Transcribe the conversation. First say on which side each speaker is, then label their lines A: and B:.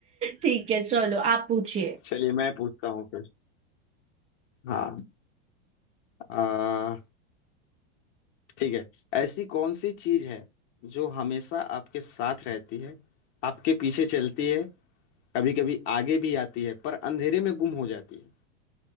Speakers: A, on the right; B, on the left.
A: ठीक है चलो आप पूछिए
B: चलिए मैं पूछता हूँ फिर हाँ आ, ठीक है ऐसी कौन सी चीज है जो हमेशा आपके साथ रहती है आपके पीछे चलती है कभी कभी आगे भी आती है पर अंधेरे में गुम हो जाती है